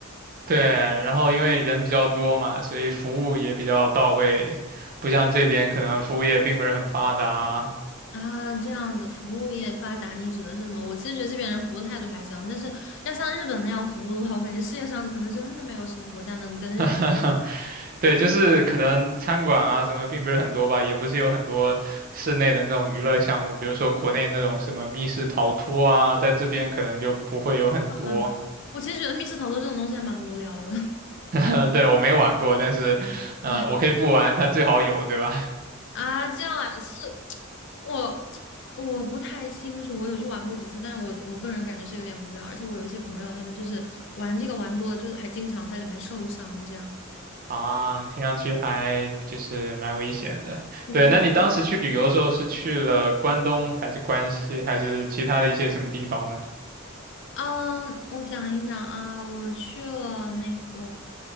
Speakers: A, on the right; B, on the left.
A: 对，然后因为人比较多嘛，所以服务也比较到位，不像这边可能服务业并不是很发达啊。
B: 啊，这样子，服务业发达，你指的是什么？我其实觉得这边人服务态度还行，但是要像日本那样服务的话，我感觉世界上可能真的没有什么国家能跟日本
A: <laughs> 对，就是可能餐馆啊什么并不是很多吧，也不是有很多室内的那种娱乐项目，比如说国内那种什么密室逃脱啊，在这边可能就不会有很多。
B: 啊。
A: <laughs>
B: 我其实觉得密室逃脱这种东西还蛮无聊的。<laughs>
A: 呃，对，我没玩过，但是，呃，
B: 对
A: 我可以不玩，它最好有，对吧？
B: 啊，这样啊，其实我我不太清楚，我有去玩过几次，但是我我个人感觉是有点无聊，而且我有一些朋友，他们就是玩这个玩多了，就是还经常在里面受伤，这样。
A: <laughs> 啊，听上去还就是蛮危险的。
B: 对
A: 对，那你当时去旅游的时候是去了关东，还是关西，还是其他的一些什么地方呢？
B: 啊，我想一想啊，我去了那个，